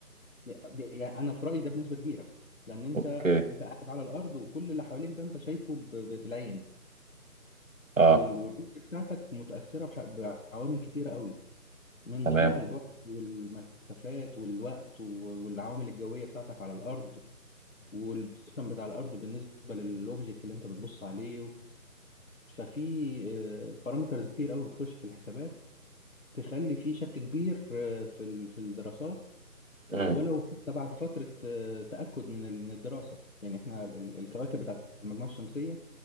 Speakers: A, on the left; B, on the right.
A: دي- دي- يعني أنا في رأيي ده بنسبة كبيرة لأن أنت
B: اوكي
A: آه، أنت قاعد على الأرض وكل اللي حواليك ده أنت شايفه ب- ب- بالعين
B: اه
A: وال- والرؤية بتاعتك متأثرة بح- بعوامل كتيرة قوي من
B: تمام
A: ضمنها البعد والمسافات والوقت و- والعوامل الجوية بتاعتك على الأرض والبوزيشن بتاع الأرض بالنسبة للأوبجكت اللي أنت بتبص عليه ففي بارامترز كتير قوي بتخش في الحسابات تخلي في شك كبير آه، في ال- في الدراسات آه،
B: امم
A: ولو حتى بعد فترة آه، تأكد من ال- من الدراسة يعني احنا ال- ال- الكواكب بتاعت المجموعة الشمسية